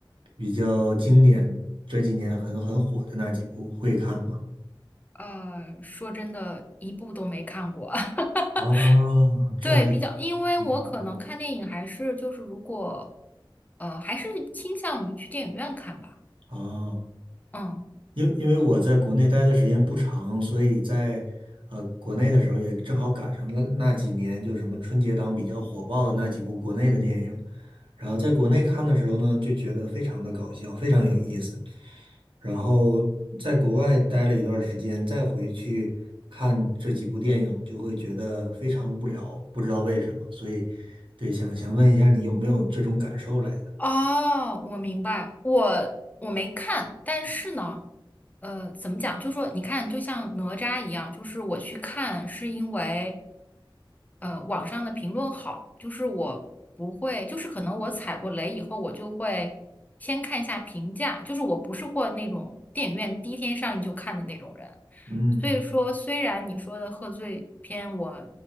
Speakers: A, on the right; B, on the left.
A: 比较经典，这几年很很火的那几部会看吗？
B: 呃，说真的，一部都没看过。<laughs>
A: 哦，这还
B: 对，比较，因为我可能看电影还是就是如果，
A: 嗯
B: 呃，还是倾向于去电影院看吧。
A: 哦，
B: 嗯。
A: 因因为我在国内待的时间不长，所以在呃国内的时候也正好赶上了那几年，就什么春节档比较火爆的那几部国内的电影，然后在国内看的时候呢，就觉得非常的搞笑，非常有意思。然后在国外待了一段时间，再回去看这几部电影，就会觉得非常无聊，不知道为什么。所以，对，想想问一下你有没有这种感受来的？
B: 哦，我明白，我我没看，但是呢，呃，怎么讲？就说你看，就像哪吒一样，就是我去看是因为，呃，网上的评论好，就是我不会，就是可能我踩过雷以后，我就会先看一下评价，就是我不是或那种电影院第一天上映就看的那种人，
A: 嗯，
B: 所以说，虽然你说的贺岁片我